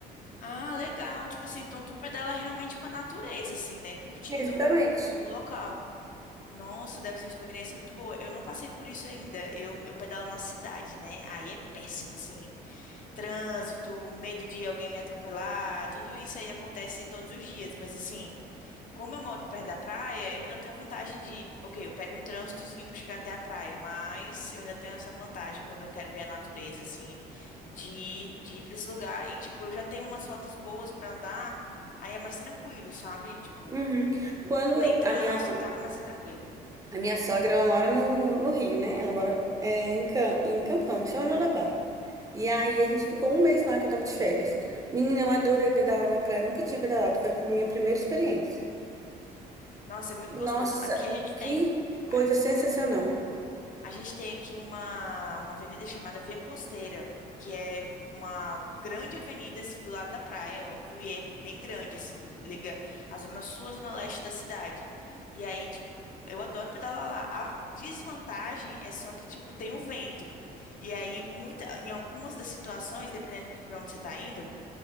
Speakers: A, on the left (about 50°); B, on the right (about 20°).
A: Ah, legal. Tipo assim, então tu pedala realmente com a natureza, assim, né? Curtindo
B: Exatamente.
A: o o local. Nossa, deve ser uma experiência muito boa. Eu não passei por isso ainda. Eu, eu pedalo na cidade, né? Aí é péssimo, assim. Trânsito, medo de alguém me atropelar, tudo isso aí acontece todos os dias. Mas, assim, como eu moro perto da praia, eu ainda tenho a vantagem de. Ok, eu pego um trânsitozinho pra chegar até a praia, mas eu ainda tenho essa vantagem quando eu quero ver a natureza, assim, de, de ir pra esse lugar. E, tipo, eu já tenho umas rotas boas pra andar, aí é mais tranquilo, sabe? Tipo,
B: Uhum. Quando
A: tem
B: eu,
A: trânsito
B: a minha
A: e tal, mas é tranquilo.
B: A minha sogra, ela mora no, no Rio, né? Ela mora é, em, Cam em Campos, não, em São João da Barra. E aí a gente ficou um mês lá que eu tava de férias. Menina, eu adorei pedalar na praia. Eu nunca tinha pedalado, foi a minha primeira experiência.
A: Nossa, é muito
B: Nossa,
A: gostoso. Aqui a gente tem
B: que coisa
A: a,
B: sensacional.
A: a gente tem aqui uma uma avenida chamada Via Costeira, que é uma grande avenida assim do lado da praia, óbvio, e é bem grande assim, liga a zona sul à zona leste da cidade. E aí, tipo, eu adoro pedalar lá. A desvantagem é só que tipo tem o vento. E aí muita em algumas das situações, dependendo de pra onde você tá indo,